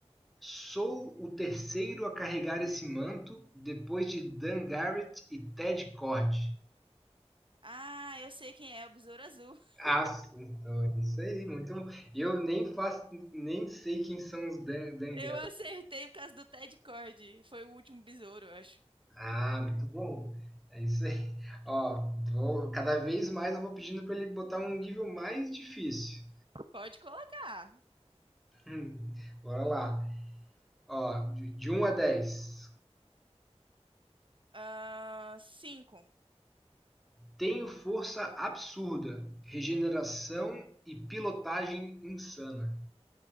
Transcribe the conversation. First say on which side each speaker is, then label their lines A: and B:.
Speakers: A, in the centre; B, on the right.
A: Sou o terceiro a carregar esse manto depois de Dan Garrett e Ted Cord.
B: Ah, eu sei quem é o Besouro Azul.
A: Acertou,
B: <laughs>
A: isso aí, muito bom. Eu nem faço, nem sei quem são os Dan, Dan
B: Eu
A: Garrett
B: acertei por causa do Ted Cord. Foi o último besouro, eu acho.
A: Ah, muito bom. É isso aí. <laughs> Ó, vou- cada vez mais eu vou pedindo para ele botar um nível mais difícil.
B: Pode colocar.
A: Hum, bora lá. Ó, de de 1 a dez.
B: Ah, cinco.
A: Tenho força absurda, regeneração e pilotagem insana.